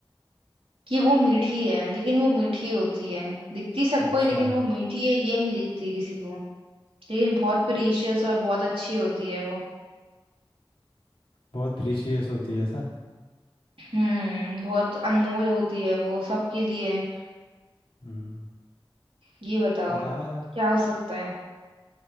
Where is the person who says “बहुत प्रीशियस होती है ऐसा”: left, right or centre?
Left